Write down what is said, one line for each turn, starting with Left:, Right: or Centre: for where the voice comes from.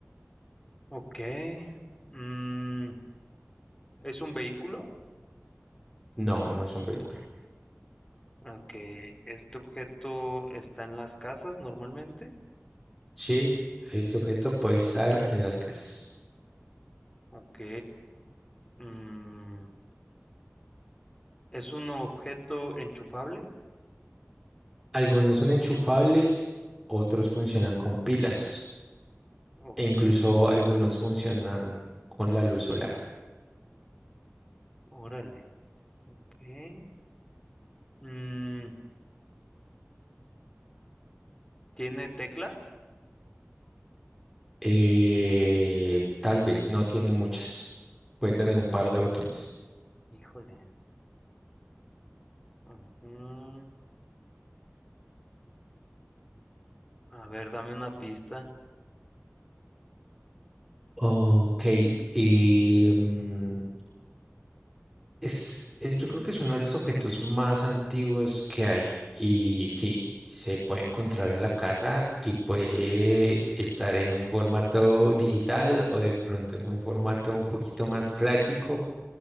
Left: ok. Mm, ¿es un vehículo?
Centre: No, no es un vehículo.
Left: Ok, este objeto está en las casas normalmente.
Centre: Sí, este objeto puede estar en las casas.
Left: Ok. Mm, ¿es un objeto enchufable?
Centre: Algunos son enchufables, otros funcionan con pilas
Left: Ok,
Centre: e incluso algunos funcionan con la luz solar.
Left: órale. Ok. Mm, ¿tiene teclas?
Centre: Eh, tal vez no tiene muchas. Puede tener un par de botones.
Left: Híjole. ujú. A ver, dame una pista.
Centre: Ok, em, Es, es, yo creo que es uno de los objetos más antiguos que hay y sí, se puede encontrar en la casa y puede estar en un formato digital o de pronto en un formato un poquito más clásico,